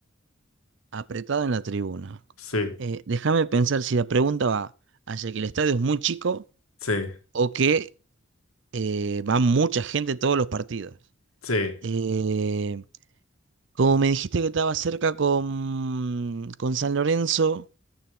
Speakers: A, on the right; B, on the left.
A: Apretado en la tribuna.
B: Sí,
A: Eh, déjame pensar si la pregunta va hacia que el estadio es muy chico
B: sí,
A: o que eh, va mucha gente todos los partidos.
B: Sí.
A: Eh, como me dijiste que estaba cerca con, con San Lorenzo,